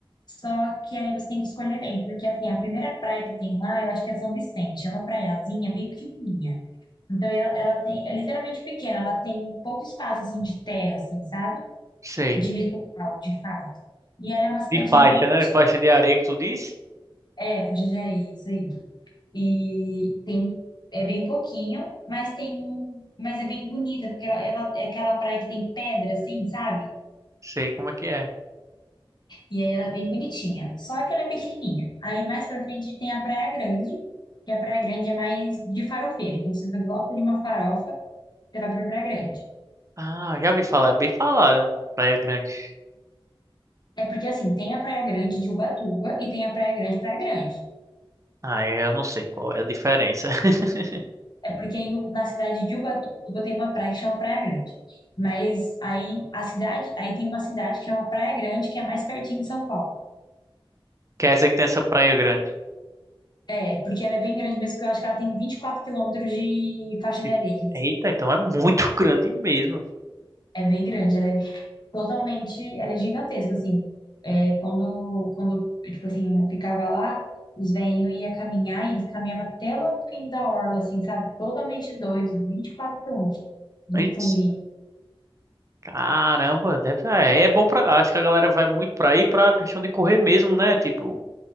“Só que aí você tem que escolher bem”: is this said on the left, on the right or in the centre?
Left